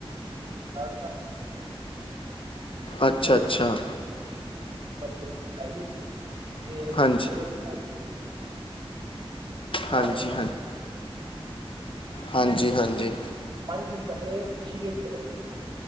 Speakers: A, on the right (about 50°); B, on the left (about 60°).
A: ਲਾ ਦਿੱਤਾ।
B: ਅੱਛਾ -ਅੱਛਾ।
A: ਬਾਕੀ ਹੋਗੀ ਚੜਾਈ, ਤੇ ਉਦੇ
B: ਹਾਂਜੀ
A: ਤੇ ਚਾਰ
B: ਹਾਂਜੀ। ਹਾਂਜੀ -ਹਾਂਜੀ।
A: ਪਾਣੀ ਦਿਨ ਪਤੇ ਰਿਸ਼ੀਕੇਸ਼ ਚਲੋ। <unintelligible>